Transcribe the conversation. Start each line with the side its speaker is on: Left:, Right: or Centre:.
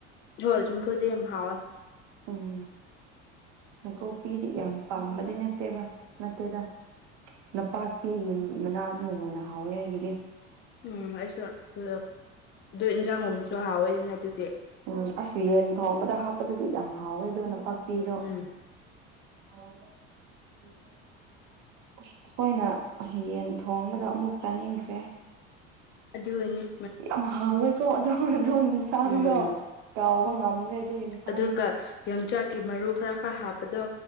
Left: ꯖꯣꯔ ꯖꯥꯝꯐꯨꯠꯇꯤ ꯌꯥꯝ ꯍꯥꯎꯋꯦ
Right: ꯎꯝ ꯅꯀꯣꯛꯄꯤꯗꯤ ꯌꯥꯝ ꯄꯥꯝꯕꯗꯤ ꯅꯠꯇꯦꯕ ꯅꯠꯇꯦꯗ ꯅꯄꯥꯛꯄꯤꯒꯤ ꯃꯅꯥꯗꯨꯅ ꯍꯦꯟꯅ ꯍꯥꯎꯋꯦ ꯑꯩꯒꯤꯗꯤ
Left: ꯎꯝ ꯑꯩꯁꯨ ꯑꯗꯨ ꯏꯟꯖꯥꯡꯒꯨꯝꯕꯁꯨ ꯍꯥꯎꯋꯦꯗꯅ ꯑꯗꯨꯗꯤ
Right: ꯎꯝ ꯑꯁ ꯌꯦꯟ ꯊꯣꯡꯕꯗ ꯍꯥꯞꯄꯗꯨꯗꯤ ꯌꯥꯝ ꯍꯥꯎꯋꯦ ꯑꯗꯨ ꯅꯄꯥꯛꯄꯤꯗꯣ
Left: ꯎꯝ
Right: <unintelligible> ꯑꯁ ꯑꯩꯈꯣꯏꯅ ꯌꯦꯟ ꯊꯣꯡꯕꯗꯣ ꯑꯃꯨꯛ ꯆꯥꯅꯤꯡꯈ꯭ꯔꯦ
Left: ꯑꯗꯨꯅꯦ
Right: ꯌꯥꯝ ꯍꯥꯎꯋꯦꯀꯣ ꯑꯗꯨ ꯑꯗꯨ ꯏꯟꯁꯥꯡꯗꯣ
Left: ꯎꯝ
Right: ꯀꯥꯎꯕ ꯉꯝꯗ꯭ꯔꯦ ꯑꯗꯨ ꯌꯦꯟꯁꯥꯡꯗꯨꯗꯤ
Left: ꯑꯗꯨꯒ ꯌꯣꯡꯆꯥꯛꯀꯤ ꯃꯔꯨ ꯈꯔ ꯈꯔ ꯍꯥꯞꯄꯗꯣ